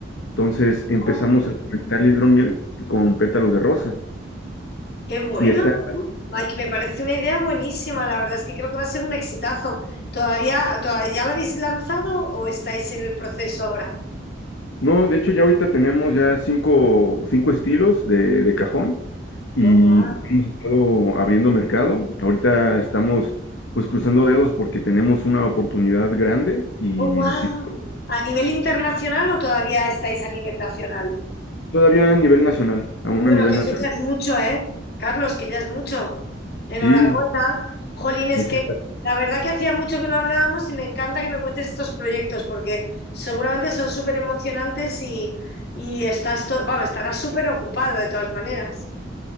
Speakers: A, on the left; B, on the left.
A: Entonces empezamos
B: Ah,
A: a conectar la hidromiel con pétalos de rosa.
B: Qué bueno.
A: Y esta
B: Ay, que me parece una idea buenísima. La verdad es que creo que va a ser un exitazo. ¿Todavía, todavía lo habéis lanzado o estáis en el proceso ahora?
A: No, de hecho ya ahorita tenemos ya cinco, cinco estilos de, de cajón y
B: Oh, wow.
A: pues, hemos estado abriendo mercado. Ahorita estamos pues cruzando dedos porque tenemos una oportunidad grande y
B: Oh, wow.
A: si
B: ¿A nivel internacional o todavía estáis a nivel nacional?
A: todavía a nivel nacional, aún
B: Bueno,
A: a nivel
B: que eso
A: nacional.
B: ya es mucho, ¿eh? Carlos, que ya es mucho. Enhorabuena.
A: Sí,
B: Jolín, es
A: muchas
B: que la verdad que hacía mucho que no hablábamos y me encanta que me cuentes estos proyectos porque seguramente son súper emocionantes y, y estás, to- vamos, estarás súper ocupado de todas maneras.